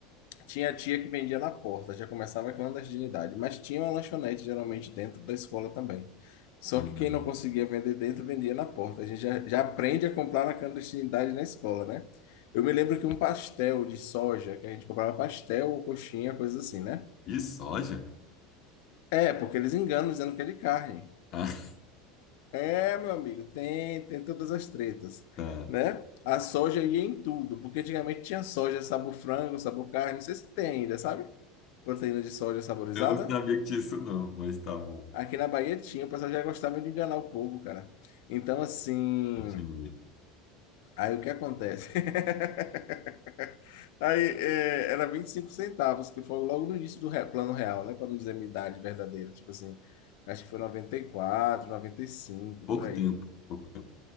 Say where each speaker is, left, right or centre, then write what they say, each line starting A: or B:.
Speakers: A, on the left; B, on the left.
A: Tinha tia que vendia na porta, já começava a clandestinidade, mas tinha uma lanchonete geralmente dentro da escola também. Só
B: Uhum.
A: que quem não conseguia vender dentro, vendia na porta. A gente já, já aprende a comprar na clandestinidade na escola, né? Eu me lembro que um pastel de soja, que a gente comprava pastel ou coxinha, coisa assim, né?
B: E soja?
A: É, porque eles enganam dizendo que é de carne.
B: <laughs> Ah,
A: É, meu amigo, tem, tem todas as tretas,
B: tá.
A: né? A soja ia em tudo, porque antigamente tinha soja sabor frango, sabor carne, não sei se tem ainda, sabe? Proteína de soja saborizada.
B: Eu não sabia que tinha isso, não, mas tá bom.
A: Aqui na Bahia tinha, o pessoal já gostava de enganar o povo, cara. Então, assim,
B: Continue.
A: aí o que acontece? <laughs> Aí é, era 25 centavos, que foi logo no início do re- plano real, né? Para não dizer minha idade verdadeira, tipo assim, acho que foi noventa noventa e quatro, noventa e cinco,
B: Pouco
A: por aí.
B: tempo, pouco tempo.